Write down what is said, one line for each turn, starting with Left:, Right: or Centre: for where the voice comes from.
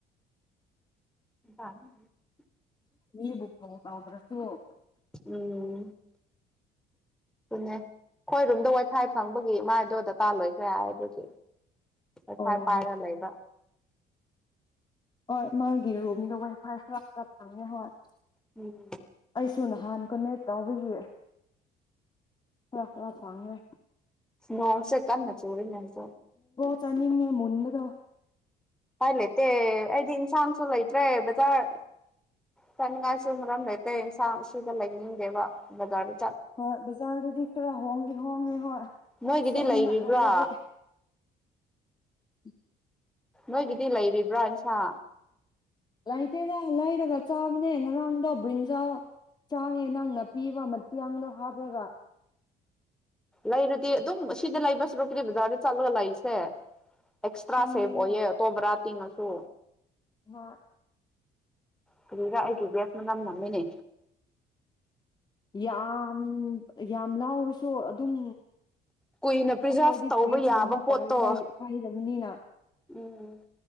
Centre: <inaudible>
Left: <unintelligible> <unintelligible>
Centre: ꯎꯝ ꯑꯗꯨꯅꯦ ꯑꯩꯈꯣꯏꯔꯨꯝꯗ ꯋꯥꯊꯥꯏ ꯐꯪꯕꯒꯤ ꯃꯥꯏꯗꯣ ꯗꯇꯥ ꯂꯣꯏꯒ꯭ꯔꯦ ꯍꯥꯏꯕꯒꯤ ꯋꯥꯢ ꯐꯥꯢ
Left: ꯑꯣ
Centre: ꯄꯥꯏꯔ ꯂꯩꯕ
Left: ꯍꯣꯢ ꯃꯥꯒꯤ ꯔꯨꯗꯒ ꯋꯥꯢ ꯐꯥꯢ ꯈꯔ ꯐꯪꯉꯦ ꯍꯥꯢ
Centre: ꯎꯝ
Left: ꯇꯨ ꯅꯍꯥꯟ ꯀꯅꯦꯛ ꯇꯧꯕꯒꯤ ꯈ꯭ꯔ ꯈ꯭ꯔ ꯐꯪꯉꯦ
Centre: ꯅꯣꯡꯁꯦ ꯀꯟꯅ ꯆꯨꯔꯦ <unintelligible>
Left: ꯆꯅꯤꯡꯅꯦ ꯃꯨꯟꯅꯗ
Centre: ꯍꯥꯏ ꯂꯩꯇꯦ ꯑꯩꯗꯤ ꯏꯟꯁꯥꯡꯁꯨ ꯂꯩꯇ꯭ꯔꯦ ꯕꯖꯥꯔ ꯆꯠꯅꯤꯡꯉꯥꯏꯁꯨ ꯃꯔꯝ ꯂꯩꯇꯦ ꯏꯟꯁꯥꯡ ꯁꯤꯗ ꯂꯩꯅꯤꯡꯗꯦꯕ ꯕꯖꯥꯔꯗꯨ
Left: ꯍꯣꯏ ꯕꯖꯥꯔꯗꯗꯤ ꯈꯔ ꯍꯣꯡꯗꯤ ꯍꯣꯡꯉꯦ ꯍꯣꯏ
Centre: ꯅꯣꯏꯒꯤꯗꯤ
Left: ꯁꯕ
Centre: ꯂꯩꯔꯤꯕ꯭ꯔꯥ
Left: ꯍꯥꯏꯔꯗꯤ ꯎ
Centre: ꯅꯣꯏꯒꯤꯗꯤ ꯂꯩꯔꯤꯕ꯭ꯔꯥ ꯏꯟꯁꯥ
Left: ꯂꯩꯇꯦꯗ ꯂꯩꯔꯒ ꯆꯥꯕꯅꯦ ꯉꯔꯥꯡꯗꯣ ꯕ꯭ꯔꯤꯟꯖꯥꯎ ꯆꯥꯌꯦ ꯅꯪ ꯅꯥꯄꯤꯕ ꯃꯇꯤꯌꯥꯗꯣ ꯍꯥꯞꯂꯒ
Centre: ꯂꯩꯔꯗꯤ ꯑꯗꯨꯝ ꯁꯤꯗ ꯂꯩꯕꯁꯤꯔꯨꯛꯇꯤ ꯑꯗꯨꯗꯤ ꯕꯖꯥꯔꯗ ꯆꯠꯂꯒ ꯂꯩꯁꯦ ꯑꯦꯛꯁꯇ꯭ꯔꯥ
Left: ꯈꯪꯗꯦꯗ
Centre: ꯁꯦꯐ ꯑꯣꯏꯌꯦ ꯇꯣꯕꯔꯥ ꯇꯤꯉꯁꯨ
Left: ꯍꯥ
Centre: ꯀꯔꯤꯗ ꯑꯩꯒꯤꯖꯦ ꯃꯅꯝ ꯅꯝꯃꯤꯅꯦ
Left: ꯌꯥ ꯎꯝ ꯌꯥꯝ ꯂꯥꯎꯔꯁꯨ ꯁꯣ ꯑꯗꯨꯝ
Centre: ꯀꯨꯏꯅ ꯄ꯭ꯔꯤꯖꯥꯕ
Left: ꯑꯈꯣꯏꯗꯤ
Centre: ꯇꯧꯕ
Left: ꯐ꯭ꯔꯨꯏꯠꯁꯀꯨꯝꯕ
Centre: ꯌꯥꯕ ꯄꯣꯠꯇꯣ
Left: ꯄꯥꯏꯗꯕꯩ ꯄꯥꯏꯗꯕꯅꯤꯅ
Centre: ꯎꯝ